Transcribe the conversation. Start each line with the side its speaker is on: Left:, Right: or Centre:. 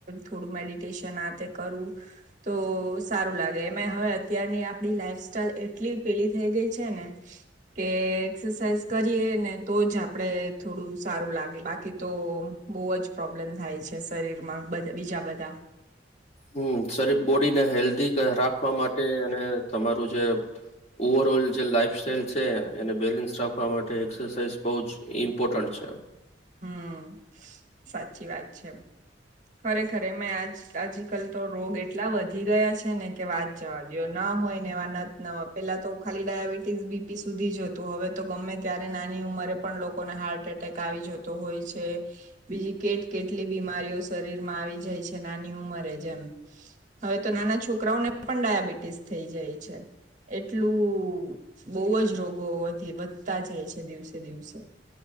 Right: થોડું મેડિટેશન આ તે કરું તો સારું લાગે એમાં હવે અત્યારની આપડી લાઈફ સ્ટાઈલ એટલી પેલી થઈ ગઈ છે ને કે એક્સસાાઈઝ કરીએને તોજ આપણેે થોડું સારું લાગે બાકી તો બહુ જ પ્રોબ્લેમ થાય છે. શરીરમાં બીજા બધા
Left: હમ્મ શરીર બોડીને હેલ્દી રાખવા માટે અને તમારું જે ઓવરઓલ જે લાઈફ સ્ટાઈલ છે એને બેલેન્સ રાખવા માટે એક્સસાાઈઝ બહુ જ ઇમ્પોર્ટન્ટ છે.
Right: હમ્મ સાચી વાત છે. ખરેખર એમાંય આજ આજકાલ તો રોગ એટલા વધી ગયા છે. ને કે વાત જવા દિયો ન હોય ને એવા નથ નવા. પેલા તો ખાલી ડાયાબિટીસ બીપી સુધી જતું હવે તો ગમે ત્યારે નાની ઉંમરે પણ લોકોને હાર્ટ એટેક આવી જતો હોય છે. બીજી કેટલી બીમારીઓ શરીરમાં આવી જાય છે. નાની ઉંમરે જ એમ. હવે તો નાના છોકરાઓને પણ ડાયાબિટીસ થઈ જાય છે. એટલું બહુ જ રોગો વધી વધતા જાય છે. દિવસે દિવસે.